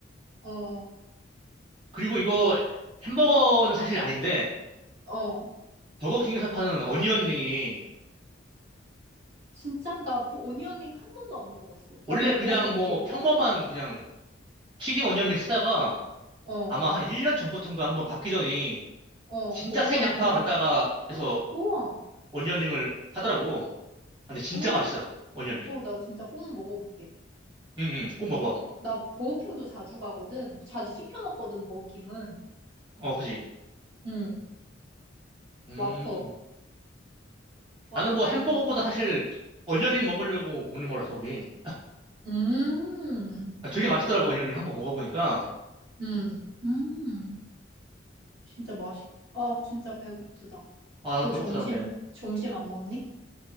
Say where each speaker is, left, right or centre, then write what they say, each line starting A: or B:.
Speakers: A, on the right (about 60°); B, on the right (about 25°).
A: 어,
B: 그리고 이거 햄버거는 사실 아닌데
A: 어.
B: 버거킹에서 파는 어니언링이
A: 진짜? 나 보- 오니언링 한 번도 안 먹어봤어.
B: 원래
A: 나 근데
B: 그냥
A: 버거킹 되게
B: 뭐
A: 좋아하거든?
B: 평범한 그냥 튀김 어니언링 쓰다가
A: 어,
B: 아마 한 1년 전부터인가 한번 바뀌더니
A: 어.
B: 진짜
A: 어떤
B: 생양파
A: 그냥,
B: 갖다가 해서
A: 헉, 우와.
B: 어니언링을 하더라고. 아, 근데 진짜
A: 어,
B: 맛있어. 어니언링.
A: 어, 나 진짜 꼭 먹어볼게.
B: 응응. 꼭 먹어봐.
A: 나 버거킹도 자주 가거든. 자주 시켜 먹거든, 버거킹은.
B: 어, 그지.
A: 음,
B: 음.
A: 와퍼. 와퍼
B: 나는 뭐
A: 주니어.
B: 햄버거보다 사실 어니언링 먹으려고 먹는 거라서 그게.
A: 음,
B: 아, 되게 맛있더라고 어니언링 한번 먹어보니까.
A: 음, 음. 진짜 맛있 아, 진짜 배고프다.
B: 아, 나도
A: 너
B: 배고프다
A: 점심,
B: 근데.
A: 점심 안 먹니?